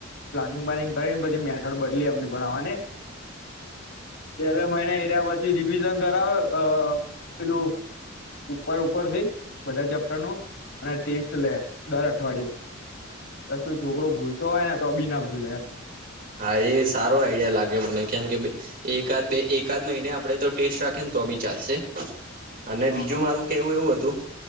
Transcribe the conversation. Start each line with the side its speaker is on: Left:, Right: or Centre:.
Left: પ્લાનિંગ્લાનિંગ કરી બધી મે- ત્યાર‌ બદલી એમની ભણાવવાની બે મહિને એર્યા પછી રિવિઝન. કરાવે અ પેલું. ઉપર ઉપર થી બધા ચેપ્ટર નું અને ટેસ્ટ લે દર અઠવાડિયે તો શુ છોકરો ભૂલતો હોય ને તો બી ના ભૂલે એમ.
Right: હા એ સારો આઈડિયા લાગે મને કેમ કે એકાદ બે એકાદ મહિને આપડે તો ટેસ્ટ રાખે. તો બી ચાલશે અને
Left: હ
Right: બીજું
Left: હ
Right: મારું કેવું એવું હતું.